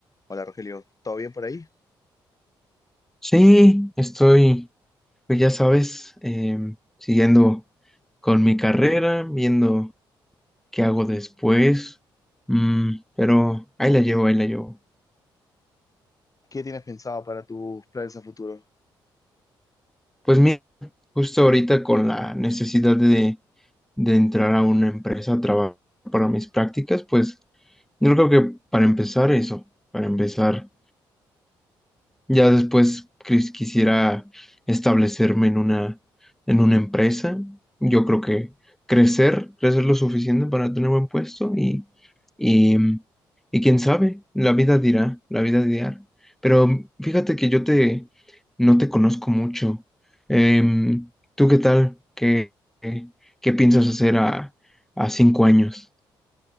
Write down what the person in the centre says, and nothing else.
Sí, estoy, pues ya sabes, em, siguiendo con mi carrera, viendo qué hago después, Mm, pero ahí la llevo, ahí la llevo.
Pues mira, justo ahorita con la necesidad de, de entrar a una empresa a trabajar para mis prácticas, pues yo creo que para empezar eso, para empezar. Ya después quis- quisiera establecerme en una, en una empresa. Yo creo que crecer, crecer lo suficiente para tener buen puesto y, y, y quién sabe, la vida dirá, la vida dirá. Pero fíjate que yo te, no te conozco mucho. Em, ¿tú qué tal? ¿Qué, qué, qué piensas hacer a, a cinco años?